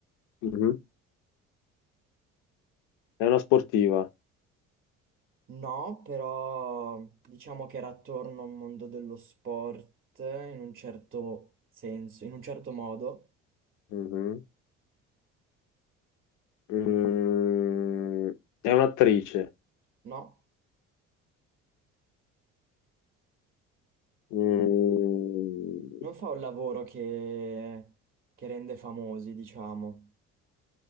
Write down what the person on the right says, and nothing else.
No, però diciamo che era attorno al mondo dello sport in un certo senso, in un certo modo,
no?
Non fa un lavoro che, che rende famosi, diciamo.